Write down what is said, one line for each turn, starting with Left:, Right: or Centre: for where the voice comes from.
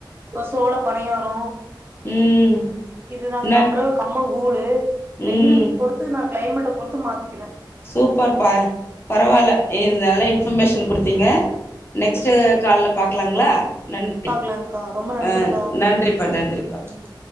Right: ஒரு சோள பணியாரோ
Left: ம்.
Right: இதுதா
Left: நன்
Right: அப்புறம் கம்மங்கூழு வெயில்
Left: ம்.
Right: பொறுத்து நா கிளைமேட்ட பொறுத்து மாத்திக்
Left: சூப்பர்ப்பா பரவாயில்ல இது நல்ல இன்ஃபர்மேஷன் குடுத்தீங்க நெக்ஸ்ட்டு
Right: ம்
Left: கால்ல பாக்கலாங்களா நன் றி
Right: பாக்கலாங்க்கா ரொம்ப நன்றிக்கா
Left: ஆ நன்றிப்பா நன்றிப்பா
Right: ம்